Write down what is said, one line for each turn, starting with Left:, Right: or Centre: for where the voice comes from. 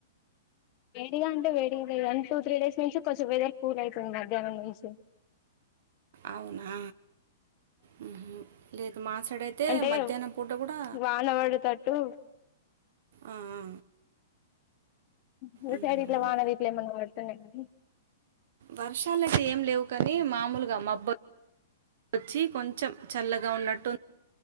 Left: వేడిగా అంటే వేడిగానీ టూ త్రీ డేస్ నుంచి కొంచెం వెదర్ కూల్ అయితుంది మధ్యనం నుంచి
Right: అవునా మ్మ్హ్మ్. లేదు మా సైడ్ అయితే
Left: అంటే
Right: మధ్యాహ్నం పూట కూడా
Left: వానవడుతట్టు
Right: ఆ ఆ
Left: మీ
Right: మ్మ్హ్మ్.
Left: సైడ్ ఇట్ల వాన గిట్ల ఏమన్నా వాడుతున్నాయండి
Right: వర్షాలు అయితే ఏం లేవు కాని మామూలుగా మబ్బ వచ్చి కొంచెం చల్లగా ఉన్నట్టు